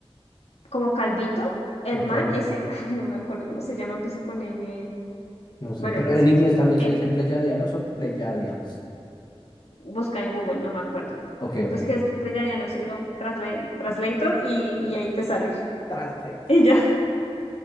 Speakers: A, on the left; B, on the left.
A: como Calvito, el
B: Ok,
A: man ese, <laughs> ay, no me acuerdo cómo se llama, empieza con M,
B: no sé,
A: bueno,
B: pero
A: el caso.
B: en inglés también
A: Eh,
B: se dice Pleyadianos o Pleyadians.
A: busca en Google, no me acuerdo.
B: Ok, ok.
A: Entonces, que es que le llaman así Translator y, y ahí te sale.
B: Translator.
A: <laughs> y ya.